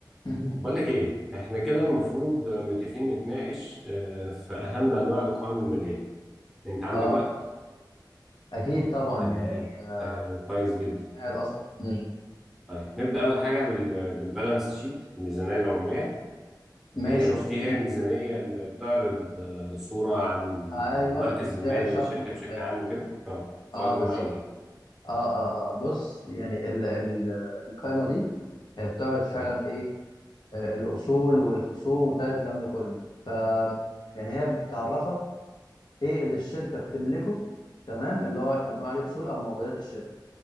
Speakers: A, on the left (about 65°); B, in the centre.
A: مم.
B: بقول لك ايه احنا كده المفروض
A: اه
B: متفقين نتناقش آه، في اهم انواع القوائم الماليه انت عندك
A: اه
B: وقت
A: اكيد طبعا
B: تمام
A: يعني آه،
B: تمام كويس جدا
A: قاعد اصلا مم.
B: طيب نبدا اول حاجه بال- بالبالانس شيت الميزانيه العموميه
A: ماشي
B: هي مش
A: اوكي
B: دي هي الميزانيه اللي بتعرض آه، صوره عن
A: ايوه
B: المركز المالي
A: بتاعت سؤال
B: للشركه
A: عن مركز
B: بشكل
A: المال
B: عام وكده اه في
A: اه
B: وقت
A: بالظبط
B: معين يعني
A: اه اه اه بص يعني ال ال القائمه دي هي بتعرض فعلا
B: مم.
A: ايه آه الاصول والخصوم وبتاع الكلام ده كله ف يعني هي بتعرفك ايه اللي الشركه بتملكه تمام اللي هو احنا بنقول عليه اصول او موجودات الشركه